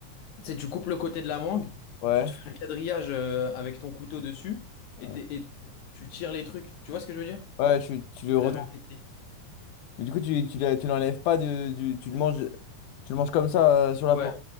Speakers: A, on the left; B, on the left.
A: sais, tu coupes le côté de la mangue,
B: Ouais.
A: tu te fais un quadrillage euh, avec ton couteau dessus
B: Ouais.
A: et, t'es- et tu tires les trucs. Tu vois ce que je veux dire?
B: Ouais, tu, tu le
A: C'est
B: retournes.
A: la même technique.
B: Mais du coup, tu, tu, la- tu l'enlèves pas de, du, tu le manges, tu le manges comme ça euh, sur la
A: Ouais,
B: peau.